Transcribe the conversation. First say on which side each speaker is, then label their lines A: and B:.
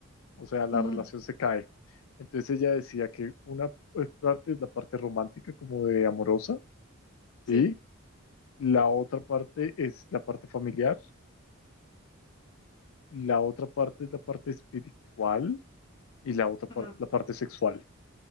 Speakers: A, on the left; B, on the left.
A: o sea, la
B: ujú,
A: relación se cae. Entonces ella decía que una eh, parte es la parte romántica, como de amorosa,
B: Sí,
A: y la otra parte es la parte familiar, la otra parte es la parte espiritual y la otra parte
B: ujú,
A: es la parte sexual.